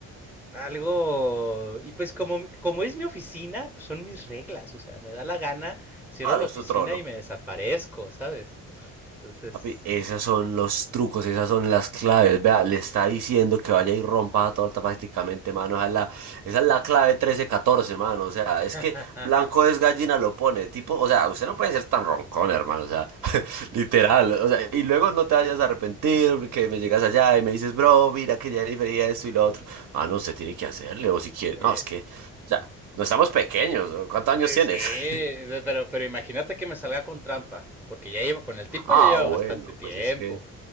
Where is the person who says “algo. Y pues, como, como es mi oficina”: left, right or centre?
Centre